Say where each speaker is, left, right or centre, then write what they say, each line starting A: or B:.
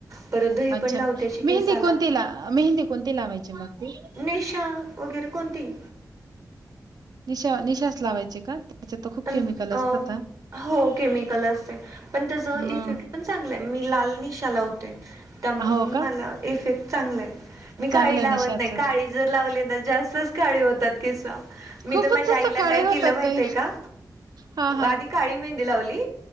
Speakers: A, on the right; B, on the right.
A: परत दही
B: अच्छा.
A: पण लाव त्या्याचे केस
B: मेहंदी
A: आला
B: कोणती ला मेहंदी कोणती लावायची मग ती?
A: निशा वगैरे कोणती
B: निशा निशाास लावायची का त्याच्यात तर खूप
A: पण
B: केमिकल
A: अ
B: असतात ह
A: हो केमिकल असते पण त्याच इफेक्ट
B: मग
A: पण चांगलंय मी लाल निशा लावते त्यामुळे
B: हो का?
A: मला इफेक्ट चांगला आहे मी काळी
B: चांगलंय
A: लावत
B: निशाचं.
A: नाही काळी जर लावली ना जास्तच काळी होतात किस मी
B: खूपच
A: तर माझ्या
B: असं
A: आईला
B: काळे
A: काय
B: होतात
A: केलं माहितय
B: ते.
A: का
B: हां, हां.
A: आधी काळी मेहंदी लावली